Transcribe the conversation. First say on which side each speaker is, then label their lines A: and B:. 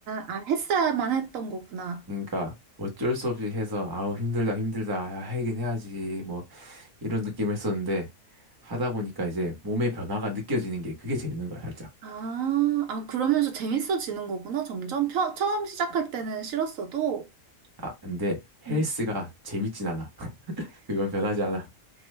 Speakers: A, on the right (about 60°); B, on the right (about 20°).
A: 아, 했어야만 했던 거구나.
B: 그러니까 어쩔 수 없이 해서 아우 힘들다 힘들다 야, 하긴 해야지 뭐 이런 느낌을 했었는데 하다 보니까 이제 몸의 변화가 느껴지는 게 그게 재밌는 거야 살짝.
A: 아, 아, 그러면서 재밌어지는 거구나, 점점. 펴- 처음 시작할 때는 싫었어도.
B: 아 근데 헬스가
A: 음.
B: 재밌진 않아. <laughs> 그건 변하지 않아.